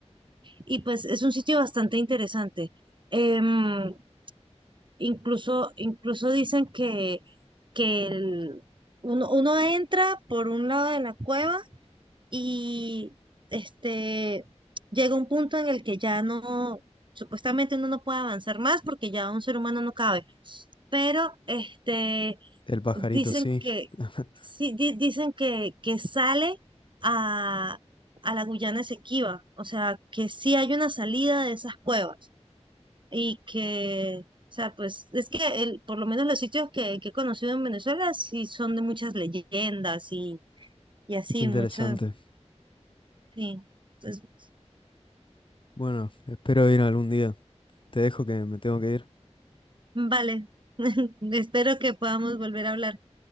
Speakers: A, on the right (about 45°); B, on the left (about 45°).
A: y pues es un sitio bastante interesante. Em, incluso, incluso dicen que, que el- uno, uno entra por un lado de la cueva y este llega un punto en el que ya no, supuestamente uno no puede avanzar más porque ya un ser humano no cabe. Pero este
B: El pajarito,
A: Dicen
B: sí.
A: que,
B: <laughs>
A: sí, di- dicen que, que sale a, a la Guyana Esequiba, o sea, que sí hay una salida de esas cuevas y que, o sea, pues es que el, por lo menos los sitios que, que he conocido en Venezuela sí son de muchas leyendas y, y así,
B: Interesante.
A: mucho, sí. Entonces,
B: Bueno, espero ir algún día. Te dejo que me tengo que ir.
A: vale, <laughs> espero que podamos volver a hablar.